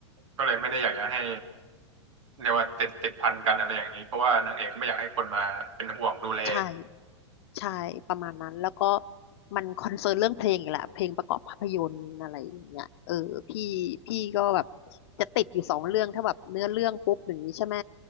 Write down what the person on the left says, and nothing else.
ใช่ ใช่ประมาณนั้นแล้วก็มันคอนเซิร์นเรื่องเพลงอีกแหละเพลงประกอบภาพยนตร์อะไรอย่างเงี้ยเออพี่พี่ก็แบบจะติดอยู่สองเรื่องถ้าแบบเนื้อเรื่องปุ๊บอย่างนี้ใช่ไหม